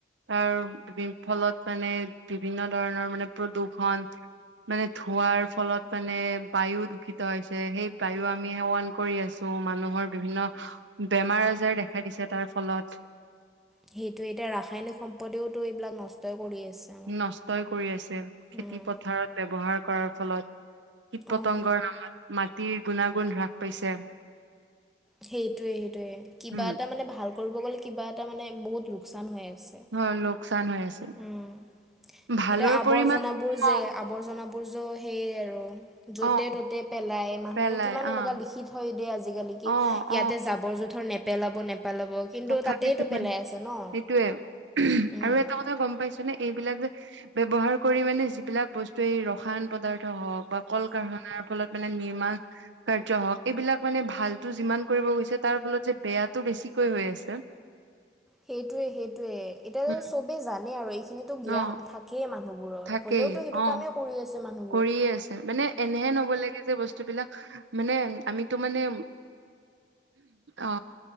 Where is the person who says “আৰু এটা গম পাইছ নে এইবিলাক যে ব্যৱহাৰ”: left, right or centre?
Right